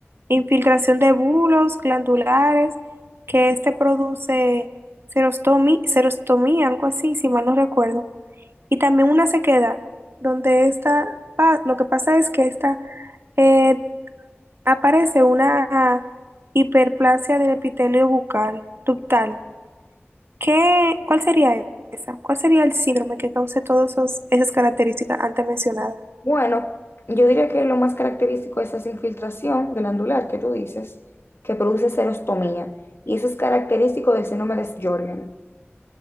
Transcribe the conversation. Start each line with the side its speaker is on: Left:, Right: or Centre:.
Right: infiltración de bulos glandulares, que este produce serostomi, serostomía, algo así, si mal no recuerdo. Y también una sequedad, donde esta, pa- lo que pasa es que esta eh, aparece una hiperplasia del epitelio bucal, ductal. ¿Qué, cuál sería esa? ¿Cuál sería el síndrome que cause todas esas características antes mencionadas?
Left: bueno, yo diría que lo más característico es esa infiltración glandular que tú dices, que produce serostomía, y eso es característico del síndrome de Sjögren.